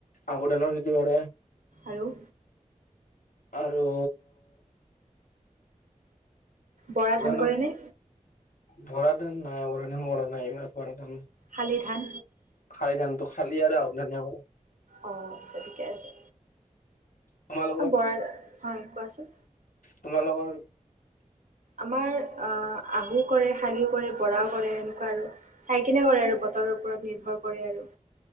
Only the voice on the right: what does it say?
আৰু?
বৰা
ধান
কৰেনে?
শালি ধান।
অ' আচ্ছা ঠিকে আছে,
বৰা হয় কোৱাচোন।
আমাৰ আহু কৰে শানিও কৰে বৰাও কৰে এনেকুৱা আৰু। চাইকিনে কৰে আৰু বতৰৰ ওপৰত নিৰ্ভৰ কৰে আৰু।